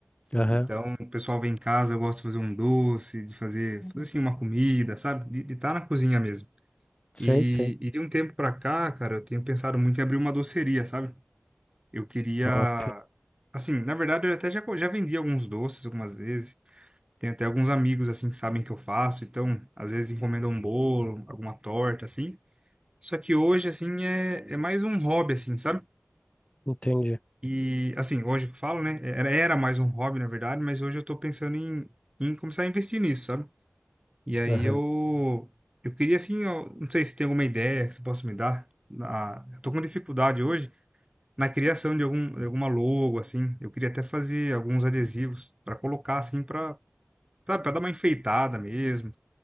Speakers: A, on the left; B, on the right.
A: Aham.
B: Então, o pessoal vem em casa, eu gosto de fazer um doce, de fazer,
A: Uhum.
B: fazer assim uma comida, sabe? De estar na cozinha mesmo.
A: Sei,
B: E,
A: sei.
B: e de um tempo pra cá, cara, eu tenho pensado muito em abrir uma doceria, sabe? Eu queria.
A: Top.
B: Assim, na verdade, eu até já, co- já vendi alguns doces algumas vezes. Tenho até alguns amigos, assim, que sabem que eu faço. Então, às vezes, encomendam um bolo, alguma torta, assim. Só que hoje, assim, é, é mais um hobby, assim, sabe?
A: Entendi.
B: E, assim, hoje que eu falo, né? É, Era, era mais um hobby, na verdade, mas hoje eu tô pensando em, em começar a investir nisso, sabe? E aí
A: Aham,
B: eu eu queria assim, eu não sei se tem alguma ideia que você possa me dar. Na- eu tô com dificuldade hoje na criação de algum de alguma logo assim. Eu queria até fazer alguns adesivos para colocar assim para sabe, para dar uma enfeitada mesmo,